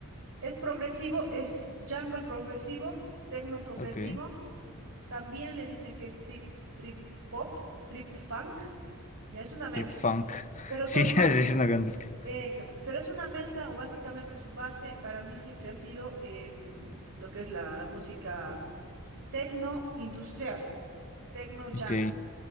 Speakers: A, on the right (about 65°); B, on the left (about 35°).
A: Es progresivo, es jungle progresivo, techno progresivo.
B: Ok,
A: También le dicen que es trip, trip pop, trip funk. Ya es una mezcla,
B: Trip Funk.
A: pero
B: <laughs> Sí,
A: son
B: <laughs>
A: más,
B: es es una gran mezcla.
A: eh, exactamente, pero es una mezcla o básicamente su base para mí siempre ha sido em, lo que es la, la música techno industrial, techno jungle.
B: Ok,